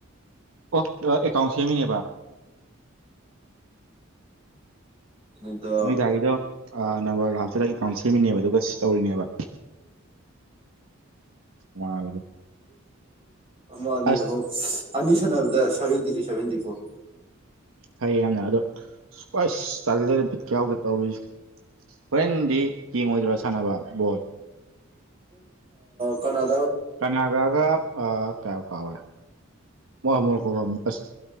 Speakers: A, on the right (about 80°); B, on the right (about 30°).
A: ꯑꯣ ꯑꯦꯀꯥꯎꯟ ꯁꯦꯝꯃꯤꯅꯦꯕ
B: ꯑꯗꯨꯗ
A: ꯅꯣꯏꯗꯥꯒꯤꯗꯣ ꯅꯝꯕꯔ ꯍꯥꯞꯇꯗ ꯑꯦꯀꯥꯎꯟ ꯁꯦꯝꯃꯤꯅꯦꯕ ꯑꯗꯨꯒ ꯁꯤ ꯇꯧꯔꯤꯅꯦꯕ ꯇꯣꯉꯥꯜꯂꯕ
B: ꯃꯥꯅꯤ
A: ꯑꯁ
B: ꯍ ꯑꯅꯤ ꯁꯥꯟꯅꯕꯗ ꯁꯚꯦꯟꯇꯤ ꯊ꯭ꯔꯤ ꯁꯚꯦꯟꯇꯤ ꯐꯣꯔ
A: ꯐꯩ ꯌꯥꯝꯅ ꯑꯗꯣ ꯁꯀꯋꯥ ꯇꯜꯂꯦꯗ ꯄꯤꯠ ꯌꯥꯎꯗ ꯇꯧꯔꯤꯁꯦ ꯍꯣꯔꯦꯟꯗꯤ ꯌꯦꯡꯉꯣꯏꯗ꯭ꯔꯣ ꯁꯥꯟꯅꯕ ꯕꯣꯜ
B: ꯀꯅꯥ
A: ꯀꯅꯥꯒꯥꯒ ꯀꯌꯥ ꯀꯥꯎꯔꯦ ꯃꯣꯏ ꯁ